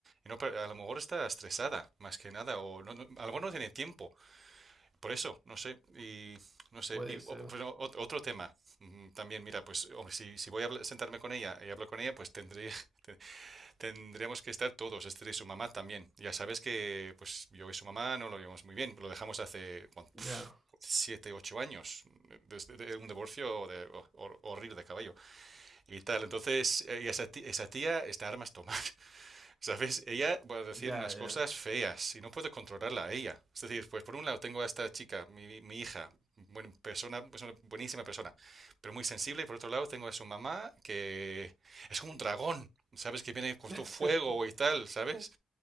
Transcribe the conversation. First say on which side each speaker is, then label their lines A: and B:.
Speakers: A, on the right; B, on the right.
A: y no, pa- a lo mejor está estresada, más que nada, o no- no- a lo mejor no tiene tiempo por eso, no sé, y no sé,
B: Puede
A: y
B: ser.
A: o- pues, o- ot- otro tema mm, también, mira, pues hombre, si, si voy a habla- sentarme con ella y hablo con ella, pues tendría, <laughs> te- tendríamos que estar todos, este y su mamá también. Ya sabes que pues yo y su mamá no lo llevamos muy bien, lo dejamos hace cuan-
B: Ya,
A: pf, siete, ocho años, desde de un divorcio de, hor- hor- horrible de caballo y tal. Entonces, eh, y esa ti- esa tía está a armas tomar. ¿Sabes? Ella va a decir
B: ya,
A: unas
B: ya.
A: cosas feas y no puedo controlarla a ella. Es decir, pues por un lado tengo a esta chica, mi, mi hija, buena persona, pues una buenísima persona, pero muy sensible. Y por otro lado tengo a su mamá que es como un dragón, ¿sabes? Que viene con
B: <laughs>
A: todo fuego y tal, ¿sabes?